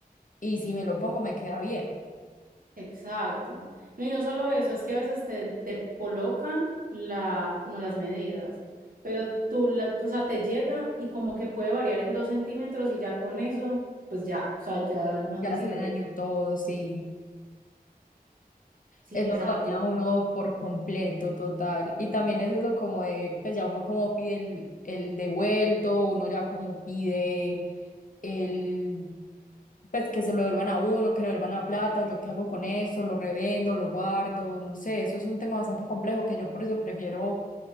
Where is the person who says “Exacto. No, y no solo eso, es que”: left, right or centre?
Right